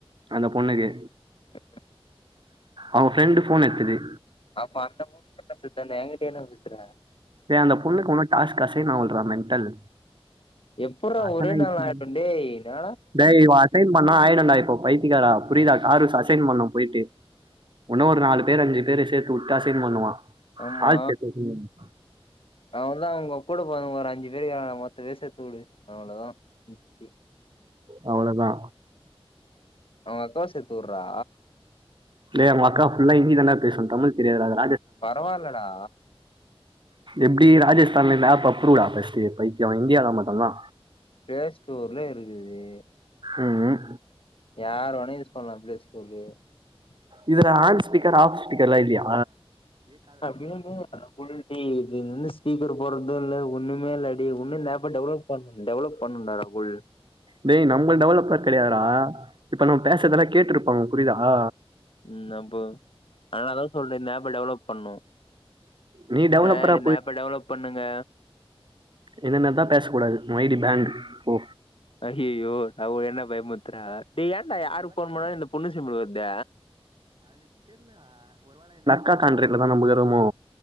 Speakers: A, on the right; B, on the left.
A: அந்த பொண்ணுக்கு
B: <inaudible>
A: அவுங்க ப்ரெண்ட் ஃபோன் எட்த்தது
B: அப்ப அந்த பொண்ணுக்கிட்ட பேசுர்துதான என்கிட்ட என்ன பேசுற
A: டேய் அந்த பொண்ணுக்கு உன் டாஸ்க் கசின் ஆவளடா மென்டல்
B: எப்புட்றா
A: அசைன்
B: ஒரே
A: ஆயிடுச்சு
B: நாள்ல ஆயிடும் டேய் என்ன
A: டேய் இவன் அசைன் பண்ணா ஆயிடும் டேய் இப்போ பைத்திகாரா புரிதா கார்விச அசைன் பண்ணணும் போயிட்டு உன்னு ஒரு நாலு பேர் அஞ்சு பேரு சேத்துவுட்டு அசைன் பண்ணுவா
B: ஆமா
A: ஆள் சேத்து அசைன் பண்ணு
B: அவதா அங்க கூட போறவனுங்க ஒரு அஞ்சு பேரு இருக்கானுங்க மொத்த வேஸ்ட் எத்து குடு அவ்ளோதா முட்ச்சு
A: அவ்ளோதா
B: அவுங்க அக்காவ சேத்து உடுறா
A: டேய் அவுங்க அக்கா ஃபுல்லா இந்தி தாண்டா பேசு தமிழ் தெரியாது
B: பரவாலடா
A: எப்டி ராஜஸ்தான்ல இந்த ஆப் அப்ரூவ்டா ஃபர்ஸ்ட்டு பைத்தியு இந்தியால மட்டோதா
B: பிளே ஸ்டோர்ல இருக்குது
A: உ உம்
B: யார் ஓனா யூஸ் பண்லா <unintelligible>
A: இதுல ஆன் ஸ்பீக்கர் ஆஃப் ஸ்பீக்கர்லா இல்லியா
B: <unintelligible> ஸ்பீக்கர் போடுறதும் இல்ல ஒன்னுமே இல்லடே ஒன்னு இந்த ஆபே டவுன்லோட் பண்ணு டெவலப் பண்ணனு ராகுல்
A: டேய் நம்ம டெவலப்பர் கெடையாது டா இப்ப நம்ம பேசறதெல்லா கேட்ருப்பாங்க புரியுதா
B: உம் அப்போ அதனாலதா சொல்றே இந்த ஆப்ப டெவலப் பண்ணு
A: நீ டெவலப்பரா
B: சார் இந்த ஆப்ப டெவலப் பண்ணுங்க
A: இந்த மார் தா பேசக் கூடாது உ ஐ டி பேண்ட் போ
B: அய்யய்யோ அவரு என்ன பயமுத்திறார் டேய் ஏன்டா யாரு ஃபோன் பண்ணாலு இந்த பொண்ணு சிம்பல் வர்து
A: கா காண்றட்லதா நம்ப இருக்கோறமோ